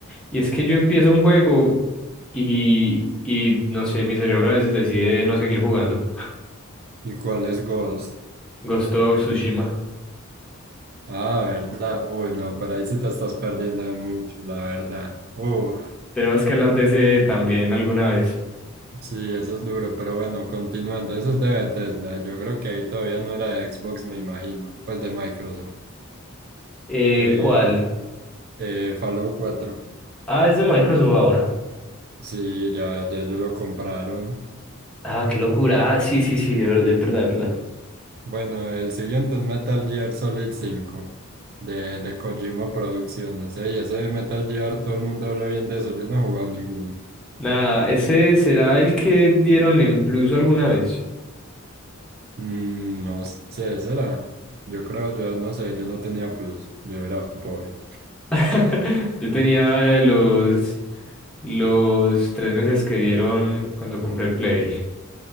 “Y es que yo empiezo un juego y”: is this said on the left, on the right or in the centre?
Centre